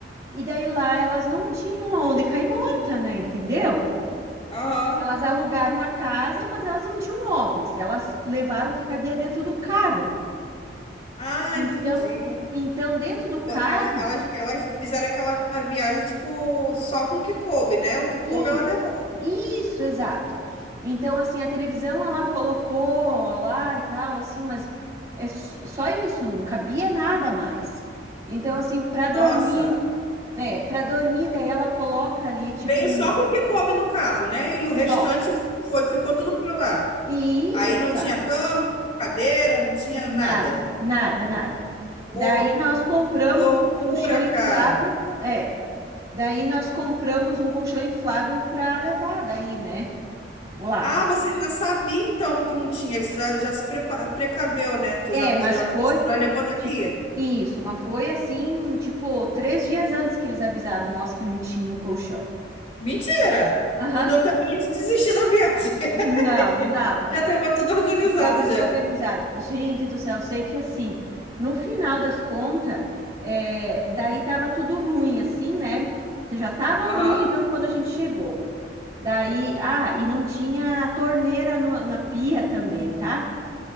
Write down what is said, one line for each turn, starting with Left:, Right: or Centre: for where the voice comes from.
Right: E daí lá elas não tinham aonde cair morta, né? Entendeu?
Left: Aham.
Right: Elas alugaram a casa, mas elas não tinham móveis. Elas levaram o que cabia dentro do carro.
Left: Ah,
Right: Então,
Left: entendi.
Right: então dentro do carro,
Left: Pô, Ela, elas, elas fizeram aquela viagem, tipo, só com o que coube, né? O que coube
Right: isso,
Left: ela levou.
Right: isso, exato. Então, assim, a televisão ela colocou lá e tal, assim, mas é s- só isso, não cabia nada mais. Então, assim, para dormir,
Left: Nossa.
Right: é, para dormir, daí ela coloca ali, tipo,
Left: Veio
Right: um
Left: só com o que coube no carro, né? E
Right: só.
Left: o restante foi, ficou tudo pra lá.
Right: E
Left: Aí
Right: isso,
Left: não
Right: exato.
Left: tinha cama, cadeira, não tinha nada.
Right: Nada, nada, nada. Daí
Left: Pô,
Right: nós compramos
Left: que loucura,
Right: um colchão inflável,
Left: cara.
Right: é. Daí nós compramos um colchão inflável para levar daí, né? lá.
Left: Ah, você já sabia então que não tinha, você já, já se prepa- precaveu, né? Tu
Right: É,
Left: já, co-
Right: mas
Left: já,
Right: foi
Left: trouxe- já levou daqui.
Right: tipo isso, mas foi assim, tipo, três dias antes que eles avisaram nós que não tinha o colchão.
Left: Mentira!
Right: Aham.
Left: Não deu tempo nem de desistir da viagem. <laughs>
Right: Não, não dava.
Left: Já estava tudo organizado
Right: Estava tudo
Left: já.
Right: organizado. Gente do céu, eu sei que assim, no final das contas, é, daí tava tudo ruim, assim, né? Já tava
Left: Aham.
Right: horrível quando a gente chegou. Daí, ah, e não tinha a torneira no- na pia também, tá?